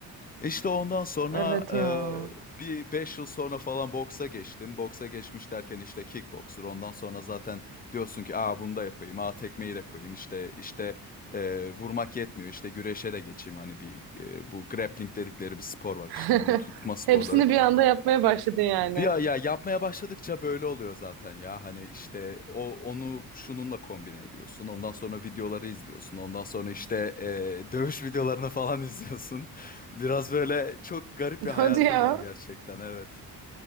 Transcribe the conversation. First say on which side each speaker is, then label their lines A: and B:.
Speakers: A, on the left; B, on the right.
A: İşte ondan sonra,
B: Evet ya.
A: eee, bir 5 yıl sonra falan boksa geçtim. Boksa geçmiş derken işte kickboxer. Ondan sonra zaten diyorsun ki, "A, bunu da yapayım. A, tekmeyi de koyayım." İşte işte, eee, vurmak yetmiyor. İşte güreşe de geçeyim. Hani bir, eee, bu grappling dedikleri bir spor var
B: <laughs>
A: işte, hani tutma sporları.
B: Hepsini bir anda yapmaya başladın yani.
A: Bir ay- ya yapmaya başladıkça böyle oluyor zaten ya. Hani işte o onu şununla kombine ediyorsun. Ondan sonra videoları izliyorsun. Ondan sonra işte eee, dövüş videolarını falan <laughs> izliyorsun. Biraz böyle çok garip
B: <laughs>
A: bir hayatım
B: Hadi ya.
A: var gerçekten. Evet.